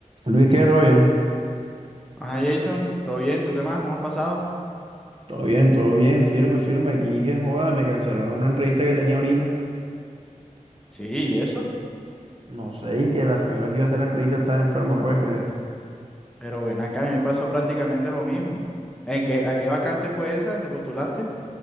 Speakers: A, on the right (about 45°); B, in the centre.
A: Luis, ¿qué? ¿Todo bien?
B: Ajá, Jason, ¿todo bien? ¿Tú qué más? ¿Cómo has pasado?
A: Todo bien, todo bien, firme, firme aquí, que joda, me cancelaron una entrevista que tenía ahorita.
B: Sí, ¿y eso?
A: No sé, y que la señora que iba a hacer la entrevista estaba enferma, ¿puedes creer?
B: Pero ven acá, a mí me pasó prácticamente lo mismo. ¿En qué, a qué vacante fue esa? ¿Te postulaste?